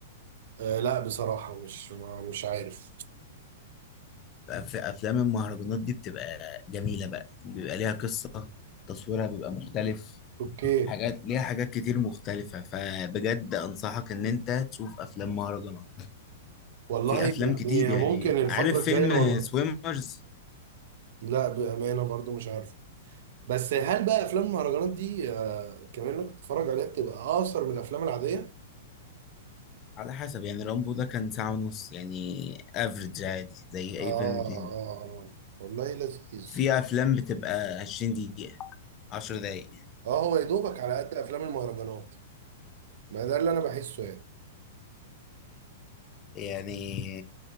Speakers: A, on the right; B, on the left.
A: آه لا بصراحة مش ما- مش عارف
B: بقى في افلام المهرجانات دي بتبقى جميلة بقى بيبقى ليها قصة تصويرها بيبقى مختلف
A: اوكي
B: حاجات ليها حاجات كتير مختلفة فبجد انصحك ان انت تشوف افلام مهرجانات
A: والله
B: في افلام كتير
A: يعني
B: يعني
A: ممكن الفترة
B: عارف
A: الجاية
B: فيلم
A: والله
B: سويمرز
A: لا بأمانة برضو مش عارف بس هل بقى افلام المهرجانات دي آه كمان انك تتفرج عليها بتبقى اقصر من الافلام العادية
B: على حسب يعني رامبو ده كان ساعة ونص يعني افريج عادي زي
A: اه
B: اي
A: اه
B: فيلم تاني
A: آه. والله لذيذ
B: في افلام بتبقى 20 دقيقة 10 دقايق
A: اه هو يا دوبك على قد افلام المهرجانات ما ده اللي انا بحسه يعني
B: يعني